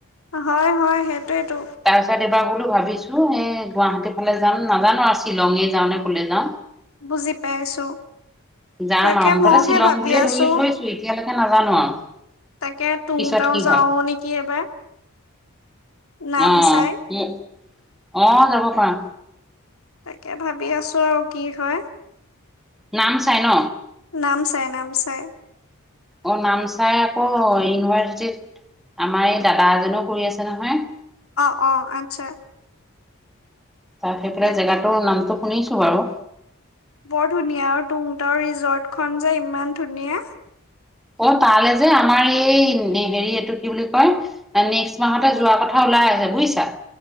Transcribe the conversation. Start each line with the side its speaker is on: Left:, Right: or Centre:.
Left: হয় হয় সেইটোয়েতো
Centre: তাৰ পিছত এইবাৰ বোলো ভাবিছো, এই গুৱাহাটী ফালে যাম, নাজানো আৰু শ্বিলঙে যাওঁ নে কলে যাওঁ।
Left: বুজি পাইছো।
Centre: যাম
Left: তাকে
Centre: আৰু। মুঠতে
Left: ময়ো
Centre: শ্বিলং
Left: সেই ভাবি
Centre: বুলিয়ে
Left: আছো
Centre: ধৰি থৈছোঁ, এতিয়ালৈকে নাজানো আৰু।
Left: তাকে তুঙ-
Centre: পিছত
Left: তাও
Centre: কি
Left: যাও
Centre: হয়।
Left: নেকি এবাৰ। নাম
Centre: অ-
Left: চাই
Centre: অ, যাব পাৰা।
Left: তাকে ভাবি আছো আৰু কি হয়।
Centre: নাম চাই ন?
Left: নামচাই- নামচাই।
Centre: অ, নামচাই আকৌ ইউনিভাৰ্চিটিৰ আমাৰ এই দাদা এজনও পঢ়ি আছে নহয়।
Left: অ- অ আতচছা।
Centre: তাৰ সেই ফালে
Left: তাকে
Centre: জেগাটোৰ নামটো শুনিছোঁ বাৰু।
Left: বৰ ধুনীয়া আৰু তুং- তাও ৰিজৰ্টখন যে ইমান ধুনীয়া।
Centre: অ, তালৈ যে আমাৰ এই হেৰি এইটো কি বুলি কয় মানে নেক্সট মাহতে যোৱা কথা ওলাই আছে বুজিছা।